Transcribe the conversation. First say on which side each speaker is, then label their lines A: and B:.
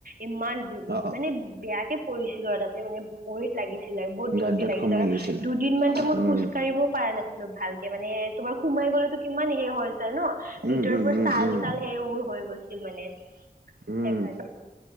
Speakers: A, on the right; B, on the right.
A: ইমান। উ
B: অ অ
A: মানে বেয়াকে পৰিছিলোঁ আৰু তাতে মানে ভৰিত। লাগিছিল আৰু বহুত যোৰকে
B: গাতডাত
A: লাগিছিল
B: সোমাই
A: আৰু
B: গৈছিলে
A: দুদিন মানতো মই
B: উম
A: খোজ কঢ়িবও পৰা নাছিলো। অলপ ভালেকে মানে তোমাৰ সোমাই গ'লেতো কিমান হে হৈ যায় ন ভিতৰৰ
B: উম উম
A: পৰা
B: উম
A: চাল
B: উম
A: চাল সেই বোৰ হৈ গৈছিল মানে। সেইকাৰণে।
B: উম